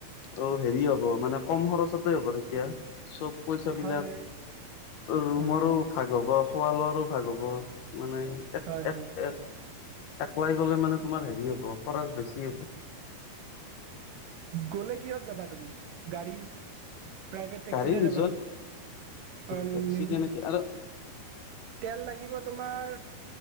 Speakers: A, on the left (about 75°); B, on the right (about 70°).
A: অ' হেৰি হ'ব মানে কম খৰচতে হ'ব তেতিয়া। চব পইচাবিলাক
B: হয়
A: ৰুমৰো
B: হয় হয়
A: ভা ভাগ হ'ব, খোৱা লোৱাৰো ভাগ হ'ব মানে এক
B: হয়
A: এক
B: হয়
A: এক একলাই গ'লে মানে তোমাৰ হেৰি হ'ব, খৰচ বেছি হ'ব।
B: গ'লে কিহত যাবা তুমি, গাড়ী, প্ৰাইভেট টেক্সিতে
A: গাড়ী নিজৰ
B: যাবা? অ'
A: টেক্সি
B: নেন,
A: তেনেকে আৰু
B: তেল লাগিব তোমাৰ